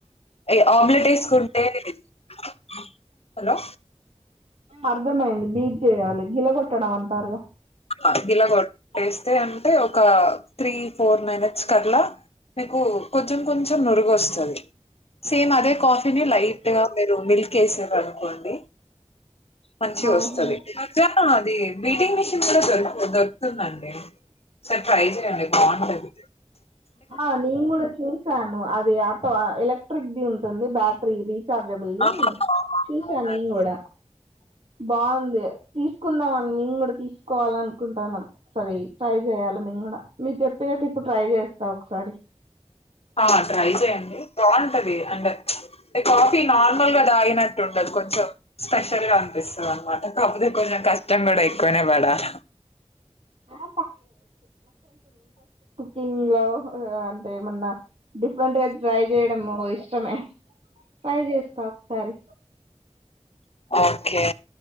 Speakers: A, on the left; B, on the right.
A: ఏ ఆమ్లెట్ వేసుకుంటే అ హలో
B: అర్థమైంది బీట్ చేయాలి గిలగొట్టడం అంటారుగా
A: ఆ గిలగొట్టేస్తే అంటే ఒక త్రీ ఫోర్ మినిట్స్ కట్ల మీకు కొంచెం కొంచెం నురుగు వస్తుంది సేమ్ అదే కాఫీని లైట్ గా మీరు మిల్క్ ఏసిర్ అనుకోండి మంచిగా
B: ఆహా
A: వస్తది అదోన్న అది బీటింగ్ ఉష్ దు దొర్ దొరుకుతుంది అండి ఓసారి ట్రై చేయండి బావుంటది.
B: ఆ నేను కూడా చూసాను అది ఆటో ఎలక్ట్రిక్ ది ఉంటుంది బ్యాటరీ ఇది. శబ్దబిల్లి
A: అవునండి
B: చూసా నిను కూడా బావుంది తీసుకుందాం అని మేము కూడా తీసుకోవాల అనుకుంటాన్నాం. సారీ సైజు చేయాలి మేము గూడా మీరు చెప్పినట్టిప్పుడు ట్రై చేస్తా ఒకసారి
A: ఆ ట్రై చేయండి బాగుంటది అంటే ప్చ్ టే కాఫీ నార్మల్గా తాగినట్టుండదు కొంచెం స్పెషల్గా అనిపిస్తది అనమాట కాకపోతే కొంచెం కష్టం కూడా ఎక్కువనే పడాల
B: ఆ టింగ్ లో హ అ అంటే ఏమన్నా డిఫరెంట్ గా ట్రై చేయడమూ ఇష్టమే ట్రై చేస్తా ఒకసారి.
A: ఓకే